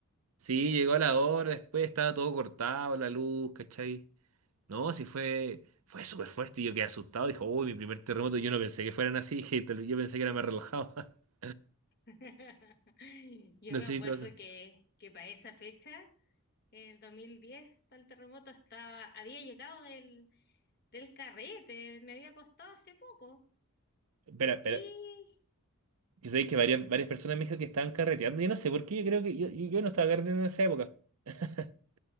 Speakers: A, on the right; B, on the left.
A: Sí, llegó la hora, después estaba todo cortado, la luz, ¿cachai? No, sí fue, fue súper fuerte y yo quedé asustado. Dijo, uy, mi primer terremoto, yo no pensé que fueran así, <laughs> yo pensé que era más relajado. <laughs>
B: <laughs> Yo
A: No
B: me
A: sé
B: acuerdo
A: si te pasa.
B: que, que para esa fecha, el 2010, para el terremoto, estaba, había llegado del, del carrete, me había acostado hace poco.
A: Espera, espera.
B: Y,
A: Yo sabéis que varias, varias personas me dijeron que estaban carreteando. Yo no sé por qué, yo creo que yo, yo yo no estaba carreteando en esa época. <laughs>